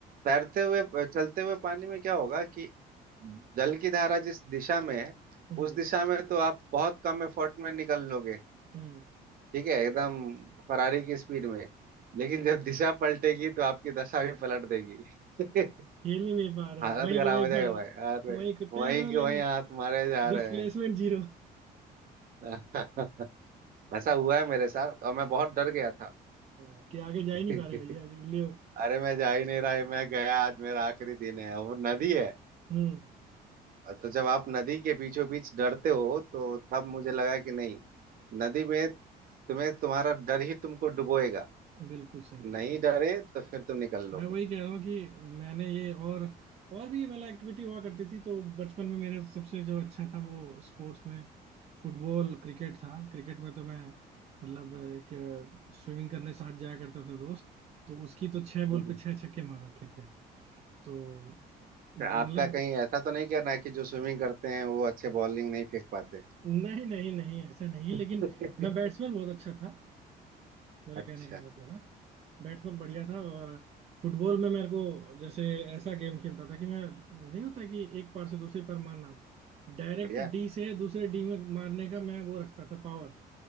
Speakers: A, on the right (about 55°); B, on the right (about 40°).
A: तैरते हुए चलते हुए पानी में क्या होगा कि जल की धारा जिस दिशा में है
B: हम्म
A: उस दिशा में तो आप बहुत कम एफर्ट में निकल लोगे
B: हम्म
A: ठीक है एकदम फरारी की स्पीड में लेकिन जब दिशा पलटेगी तो आपकी दशा भी पलट देगी <laughs>
B: हिल ही नहीं पा रहे
A: हालत
B: वहीं
A: खराब
B: के वहीं
A: हो
B: खड़े
A: जाएगा भाई
B: हो।
A: अरे
B: वहीं के तैर
A: वहीं
B: रहे हो
A: के
B: लेकिन
A: वहीं हाथ मारे जा रहे
B: डिस्प्लेसमेंट
A: हैं
B: जीरो
A: <laughs> ऐसा हुआ है मेरे साथ और मैं बहुत डर गया था
B: <laughs> कि आगे जा
A: <laughs>
B: ही नहीं पा रहे भैया ले
A: अरे मैं जा ही नहीं रहा मैं गया आज मेरा आखिरी दिन है और वो नदी है
B: हम्म
A: तो जब आप नदी के बीचों बीच डरते हो तो तब मुझे लगा कि नहीं नदी में तुम्हें तुम्हारा डर ही तुमको डुबोएगा
B: बिल्कुल सही कह
A: नहीं
B: रहे हो
A: डरे तो फिर तुम निकल लोगे
B: मैं वही कह रहा हूँ कि मैंने ये और और भी मतलब एक्टिविटी हुआ करती थी तो बचपन में मेरा सबसे जो अच्छा था वो स्पोर्ट्स में फुटबॉल क्रिकेट था क्रिकेट में तो मैं मतलब एक स्विमिंग करने साथ जाया करते थे दोस्त तो उसकी तो छह बॉल
A: हम्म,
B: पे छह छक्के मार रखे थे तो मतलब
A: फिर आपका कहीं ऐसा तो नहीं कहना है कि जो स्विमिंग करते हैं वो अच्छे बॉलिंग नहीं फेंक पाते
B: नहीं नहीं नहीं ऐसा नहीं
A: <laughs>
B: लेकिन
A: हम्म।
B: मैं बैट्समैन बहुत अच्छा था मेरे
A: अच्छा
B: कहने का ये मतलब है बैट्समैन बढ़िया था और फुटबॉल में मेरे को जैसे ऐसा गेम खेलता था कि मैं नहीं होता कि एक पार से दूसरी पार मारना डायरेक्ट
A: बढ़िया
B: डी से दूसरे डी में मारने का मैं वो रखता था पावर